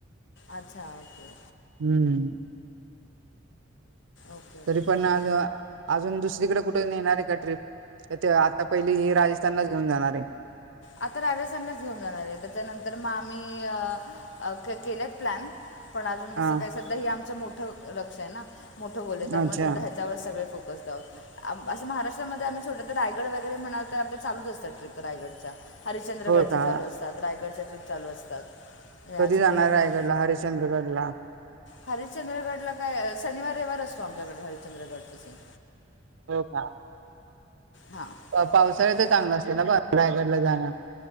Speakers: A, on the left (about 60°); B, on the right (about 70°).
A: अच्छा, ओके.
B: हम्म,
A: ओके ओके
B: तरी पण
A: चालेल
B: आज अजून दुसरीकडे कुठं नेणार आहे का ट्रिप,, ते आता पहिली हे राजस्थानलाच घेऊन जाणार आहे.
A: आता राजस्थानला चं घेऊन जाणार आहे, त्याच्यानंतर मग आम्ही अ अ केलेत प्लॅन पण अजून तसं
B: हा
A: काय सध्या हे आमचं मोठं लक्ष आहे ना, मोठं गोल त्आहे त्यामुळे
B: अच्छा
A: सध्या. त्यावर सगळे फोकस डाऊन. असं महाराष्ट्रामध्ये आम्ही छोट्या तर रायगड वगैरे म्हणा तर चालूचंअसता ट्रीप रायगडच्या. हरिश्चंद्रगडच्या
B: हो का
A: चालू असतात, रायगडच्या ट्रीप चालू असतात. या
B: कधी
A: छोट्या
B: जाणार
A: छोट्या
B: रायगडला हरि्चंद्रगड ला?
A: हरिचंद्रगडला काय, शनिवारी रविवार असतो आमच्याकडे हरि्चंद्रगडच साठी.
B: हो का,
A: हां
B: पावसाळ्या तर चांगला असतय ना रायगडला जाणं.